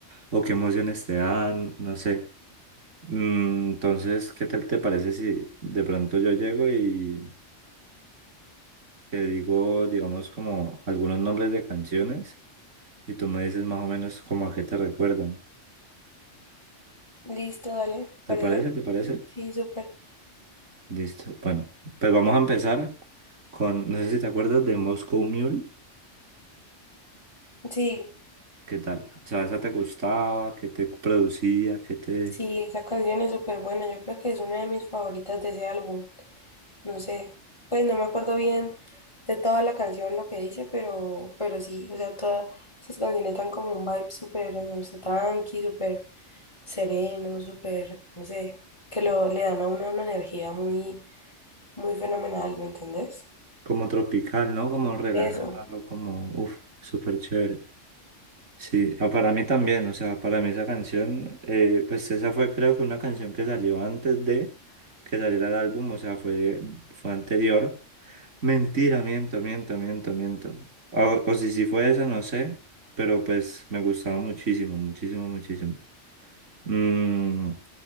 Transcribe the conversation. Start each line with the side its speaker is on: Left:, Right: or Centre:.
Right: o qué emociones te dan, no sé. Mm, Entonces, ¿qué tal te parece si de pronto yo llego y... Te digo, digamos, como algunos nombres de canciones y tú me dices más o menos como a qué te recuerdan.
Left: Listo, dale,
Right: ¿Te
Left: parece.
Right: parece? ¿Te parece?
Left: Sí, súper.
Right: Listo. Bueno, pues vamos a empezar con, no sé si te acuerdas de Moscow Mule.
Left: Sí,
Right: ¿Qué tal? O sea, ¿esa te gustaba? ¿Qué te producía? ¿Qué te...
Left: sí, esa canción es súper buena. Yo creo que es una de mis favoritas de ese álbum. No sé, pues no me acuerdo bien de toda la canción, lo que dice, pero, pero sí, o sea, todas esas canciones dan como un vibe súper, no sé, tranqui, súper sereno, súper, no sé, que lo, le dan a uno una energía muy, muy fenomenal, ¿me entendés?
Right: como tropical, ¿no? Como relajado,
Left: Eso.
Right: como, uff, súper chévere. Sí, ah, para mí también, o sea, para mí esa canción, eh, pues esa fue creo que una canción que salió antes de que saliera el álbum, o sea, fue, fue anterior. Mentira, miento, miento, miento, miento. Ah, O, o si, si fue esa, no sé, pero pues me gustaba muchísimo, muchísimo, muchísimo. Mm,